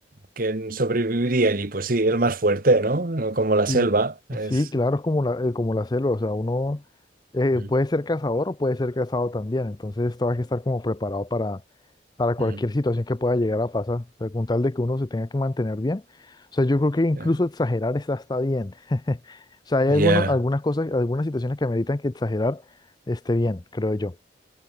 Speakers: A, on the right; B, on the left.
A: ¿quién sobreviviría allí? Pues sí, el más fuerte, ¿no? No Como la selva,
B: Sí,
A: es...
B: sí, claro, es como la, eh, como la selva, o sea, uno eh,
A: Mm,
B: puede ser cazador o puede ser cazado también, entonces todo hay que estar como preparado para, para cualquier
A: mm,
B: situación que pueda llegar a pasar, o sea, con tal de que uno se tenga que mantener bien, o sea, yo creo que incluso
A: Ya,
B: exagerar está, está bien, <laughs> o sea, hay
A: Ya.
B: alguno- algunas cosas, algunas situaciones que ameritan que exagerar esté bien, creo yo,